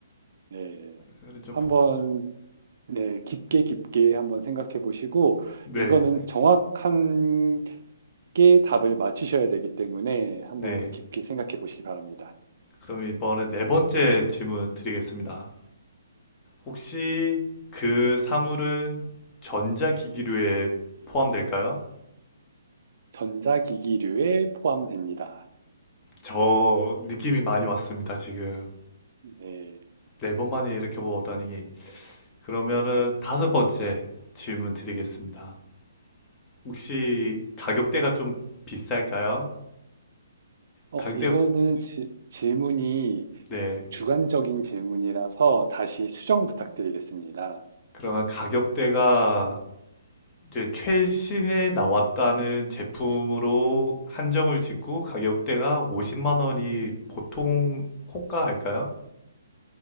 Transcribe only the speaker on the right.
네.
한번,
네, 깊게 깊게 한번 생각해 보시고,
이거는 정확한 게 답을 맞추셔야 되기 때문에 한번
깊게 생각해 보시기 바랍니다.
전자기기류에 포함됩니다.
네.
어,
이거는 지- 질문이
주관적인 질문이라서 다시 수정 부탁드리겠습니다.